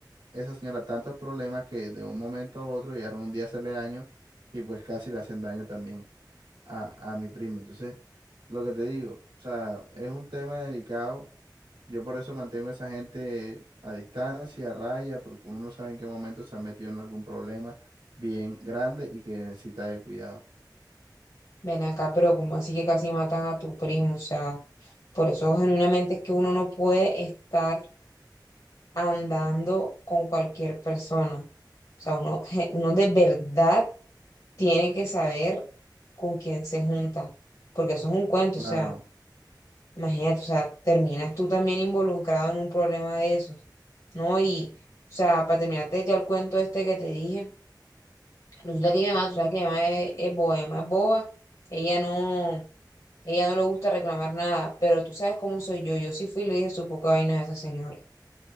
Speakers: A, on the right; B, on the left.
A: esa señora tantos problemas que de un momento a otro llegaron un día a hacerle daño y pues casi le hacen daño también a, a mi primo. Entonces, lo que te digo, o sea, es un tema delicado. Yo por eso mantengo a esa gente a distancia, a raya, porque uno no sabe en qué momento se ha metido en algún problema bien grande y que necesita de cuidado.
B: Ven acá, pero como así que casi matan a tu primo, o sea. Por eso genuinamente es que uno no puede estar andando con cualquier persona. O sea, uno, <laughs> ge- uno de verdad tiene que saber con quién se junta, porque eso es un cuento.
A: Claro.
B: O sea, imagínate, o sea, terminas tú también involucrado en un problema de esos, ¿no? Y, o sea, para terminarte ya el cuento este que te dije, resulta que mi mamá, tú sabes que mi mamá es, es boba, mi mamá es boba, ella no, ella no le gusta reclamar nada, pero tú sabes cómo soy yo. Yo sí fui y le dije su poca vaina a esa señora.